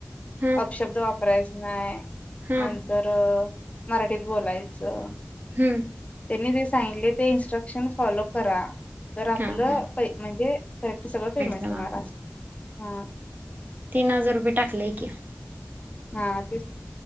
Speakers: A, on the right; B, on the left.
A: हा
B: अप शब्द वाप प्रश्न आहे.
A: हा
B: नंतर रं मराठीत बोलायचं.
A: हम्म
B: त्यांनी जे सांगितले ते इनस्ट्रक्शन फॉलो करा. तर आपलं
A: हा हा
B: पय म्हणजे करेक्ट सगळं पेमेंट
A: तर मागते
B: होणार अस हा
A: तीन हजार रुपये टाकलेय की
B: हा तेच